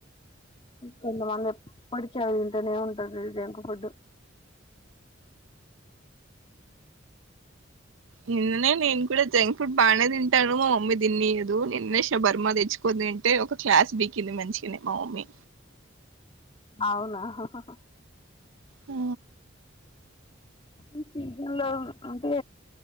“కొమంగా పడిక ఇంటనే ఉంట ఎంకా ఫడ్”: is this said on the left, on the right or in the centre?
Left